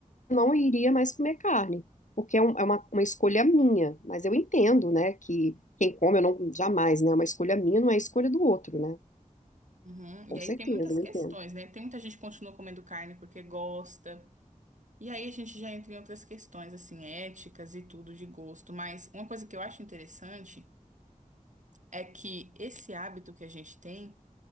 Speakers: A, on the left; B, on the right.
A: não iria mais comer carne, porque é, um- é uma, uma escolha minha. Mas eu entendo, né? Que quem come, eu não, jamais, né? É uma escolha minha, não é escolha do outro, né?
B: uhum.
A: Com
B: E aí
A: certeza,
B: tem muitas
A: eu
B: questões,
A: entendo.
B: né? Tem muita gente que continua comendo carne porque gosta. E aí a gente já entra em outras questões, assim, éticas e tudo de gosto, mas uma coisa que eu acho interessante é que esse hábito que a gente tem